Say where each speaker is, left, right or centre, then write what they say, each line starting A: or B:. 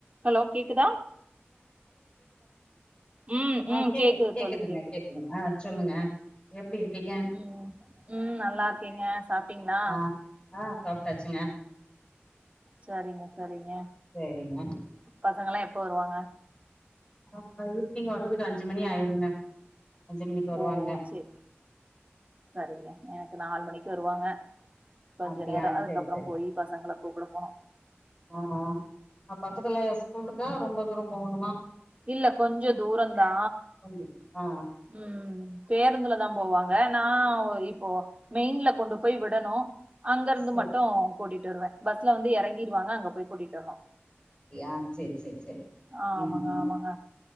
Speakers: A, on the right (about 30°); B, on the left (about 30°).
A: Hello கேக்குதா ம் ம்
B: ஆ கேக்குது கேக்குதுங்க
A: தோழி கேக்குது
B: கேக்குதுங்க ஆ சொல்லுங்க எப்டி இருக்கீங்க
A: உம் உம் நல்லா இருக்கேங்க சாப்ட்டீங்களா
B: ஆ ஆ சாப்ட்டாச்சுங்க
A: சரிங்க சரிங்க
B: சேரிங்க
A: பசங்கள்ளா எப்போ வருவாங்க
B: ஆ ஆ ஈவினிங் வரதுக்கு அஞ்சு மணி ஆயிருங்க அஞ்சு மணிக்கு வருவாங்க
A: ஓ சே சரிங்க எனக்கு நாலு மணிக்கு வருவாங்க கொஞ்சோ
B: ஆ
A: நேரோ அதுக்கப்பறோ
B: சேரி சேரி
A: போயி பசங்கள கூப்பட போனு
B: ஆ ஆ அ பக்கத்துல ஸ்கூல்ருக்கா ரொம்ப தூரம் போகனுமா
A: இல்ல கொஞ்சோ தூர தா
B: கொஞ்சோ ஆ
A: உம் பேருந்துல தா போவாங்க நா இப்போ மெயின்ல கொண்டு போயி விடணு அங்க இருந்து
B: சே
A: மட்டு கூட்டிட்டு வருவே பஸ்ல வந்து இறங்கிருவாங்க அங்க போயி கூட்டிட்டு வரணு
B: அப்டியா சேர் சேர் சேர்
A: ஆமாங்க
B: உம்
A: ஆமாங்க